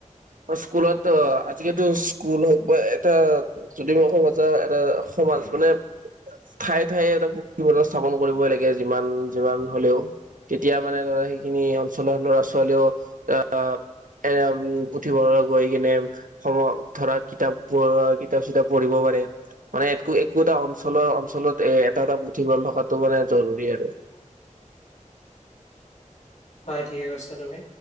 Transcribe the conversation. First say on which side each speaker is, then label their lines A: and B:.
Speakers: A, on the right; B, on the left.
A: স্কুলত অহ আজিকালিতো স্কুল হওঁক বা এটা যদি মই ক'ব যাওঁ এটা সমান মানে ঠায়ে ঠায়ে এটা পুঠিভৰাঁল স্থাপন কৰিবই লাগে যিমান যিমান হলেও তেতিয়া মানে ধৰা সেইখিনি অঞ্চলৰ ল'ৰা ছোৱালীও আহ। এ পুথিভঁৰাল গৈ কিনে সময় ধৰা কিতাপবোৰত কিতাপ চিতাপ পঢ়িব পাৰে। মানে একো একো এটা অঞ্চলৰ অঞ্চলত এ এটা এটা পুথিভঁৰাল থকাটো মানে জৰুৰী আৰু।
B: হয় ঠিকে কৈছা তুমি